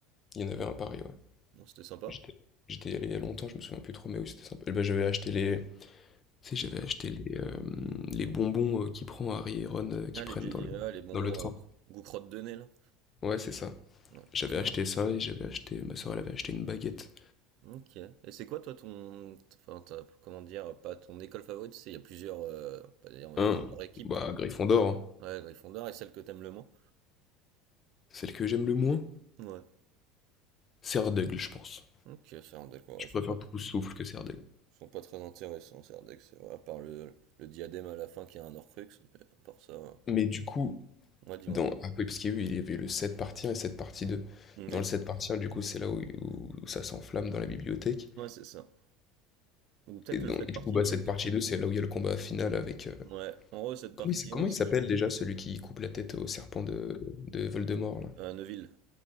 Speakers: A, on the left; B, on the right.
A: Il y en avait un à Paris, ouais.
B: Bon, c'était sympa.
A: J'étais j'étais allé il y a longtemps, je me souviens plus trop, mais oui, c'était sympa. bah, j'avais acheté les tu sais, j'avais acheté les, hem, les bonbons, heu, qu'il prend Harry et Ron, heu, qu'ils
B: Ah, les
A: prennent
B: jelly,
A: dans le
B: ah, les bonbons,
A: dans le train.
B: euh, goût crotte de nez, là.
A: Ouais, c'est ça.
B: Ouais,
A: J'avais
B: c'est
A: acheté
B: pas
A: ça et j'avais acheté ma sœur, elle avait acheté une baguette.
B: Ok. Et c'est quoi, toi, ton, enfin, ta- comment dire, pas ton école favorite, c'est, il y a plusieurs, euh, on va
A: Hein,
B: dire plusieurs équipes.
A: bah, Gryffondor, hein.
B: Ouais, Gryffondor, et celle que t'aimes le moins.
A: Celle que j'aime le moins,
B: Ouais.
A: c'est je pense.
B: Ok, Serendec, ouais,
A: Je
B: ils
A: préfère
B: sont pas,
A: Souffle que c'est
B: ils sont pas très intéressants, Serendec, c'est vrai, à part le, le diadème à la fin qui a un Horcrux, mais à part ça, euh,
A: Mais du coup,
B: ouais, dis-moi.
A: dans Après, parce qu'il y a eu, il y avait eu le 7 partie un et 7 partie 2.
B: Oui,
A: Dans le 7 partie un, du coup, c'est là où, où- où ça s'enflamme dans la bibliothèque.
B: ouais, c'est ça. Ou peut-être
A: Et, donc,
B: le- cette
A: et du
B: partie
A: coup, bah,
B: 2,
A: cette
B: je sais.
A: partie 2, c'est là où il y a le combat final avec. euh,
B: Ouais, en gros, cette partie
A: Comment il, s- comment
B: 1, si
A: il s'appelle
B: je...
A: déjà celui qui coupe la tête au serpent de, de Voldemort, là?
B: Euh, Neuville,